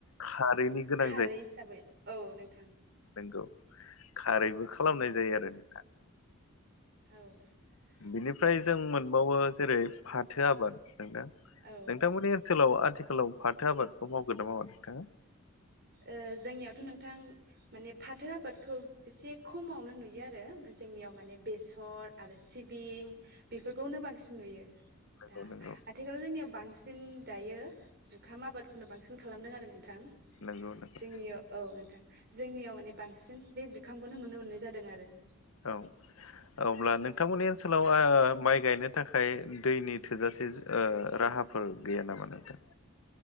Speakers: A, on the left; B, on the right.
A: खारैनि गोनां
B: खारै हिसाबै औ नोंथां
A: नंगौ खारैबो खालामनाय जायो आरो नोंथां
B: औ
A: बिनिफ्राय जों मोनबावो जेरै फाथो आबाद नोंथां
B: ओ
A: नोंथां मोननि खालाव आथिखालाव फाथो आबादखौ मावगोन ना मावा नोंथाङा
B: ओ जोंनियावथ' नोंथां माने फाथो आबादखौ एसे खमावनो नुयो आरो जोंनियाव माने बेसर आरो सिबिं बेफोरखौनो बांसिन नुयो
A: नंगौ
B: दा आ
A: नंगौ
B: - आथिखालाव जोंनियाव बांसिन दायो जुखाम आबादखौनो बांसिन खालामदों आरो नोंथां
A: नंगौ नंगौ
B: जोंनियाव औ नोंथां जोंनियाव माने बांसिन बे जिखामखौनो नुनो मोननाय जादों आरो
A: औ अब्ला नोंथांमोननि ओनसोलाव ओ माइ गायनो थाखाय दैनि थोजासे ओ राहा फोर गैया नामा नोंथां?